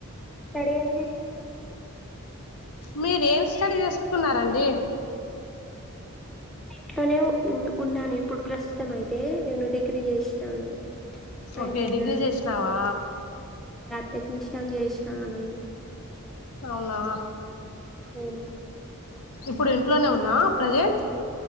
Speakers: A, in the centre; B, on the left.
A: స్టడీ ఏం చేస్ర
B: మీర ఏం స్టడీ చేసుకున్నారంండి
A: నేను ఇంట్లోనే ఉన్నాను ఇప్పుడు ప్రస్తుతం అయితే నేను డిగ్రీ చేసినాను
B: ఓకే
A: అండ్
B: డిగ్రీ చేసినావా
A: టెక్నీషిన్ చేసినను
B: అవునా
A: అ
B: ఇప్పుడు ఇంట్లోనే ఉన్నా ప్రజెంట్